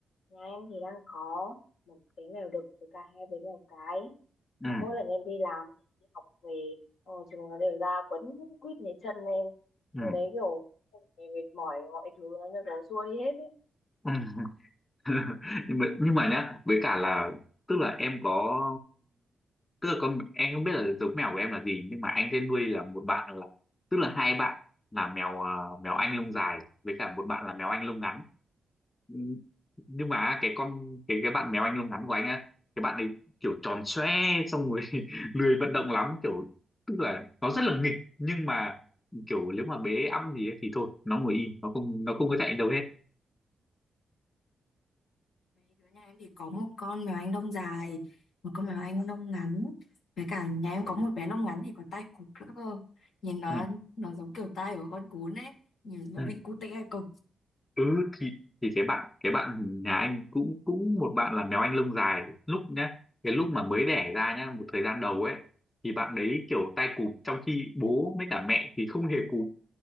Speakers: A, on the left; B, on the left.
A: nhà em thì đang có một bé mèo đực với cả hai bé mèo cái
B: ừ
A: xong mỗi lần em đi làm đi học về xong rồi chúng nó đều ra quấn quýt lấy chân em
B: ừ
A: thì đấy kiểu xong rồi mệt mỏi mọi thứ nó như kiểu xua đi hết ấy
B: ừ <laughs> nhưng mà nhưng mà nhá với cả là tức là em có tức là con em không biết là giống mèo của em là gì nhưng mà anh sẽ nuôi là một bạn là tức là hai bạn là mèo ờ, mèo anh lông dài với cả một bạn là mèo anh lông ngắn Ừ, nhưng mà cái con cái cái bạn mèo anh lông ngắn của anh á cái bạn ấy kiểu tròn xoe xong rồi <laughs> lười vận động lắm kiểu tức là nó rất là nghịch nhưng mà kiểu nếu mà bế ẵm gì ấy, thì thôi nó ngồi im nó không nó không có chạy đâu hết
A: Mấy đứa nhà em thì có một con mèo Anh Đông dài, một con mèo Anh Đông ngắn. Với cả nhà em có một bé lông ngắn thì còn tai cụp nữa cơ. Nhìn nó
B: ừ
A: nó giống kiểu tai của con cún ấy. Nhìn nó
B: ừ.
A: bị cụt tai cụp.
B: ừ thì thì cái bạn cái bạn nhà anh cũng cũng một bạn là mèo anh lông dài lúc nhá cái lúc mà mới đẻ ra nhá một thời gian đầu ấy thì bạn đấy kiểu tay cụp trong khi bố với cả mẹ thì không hề cụp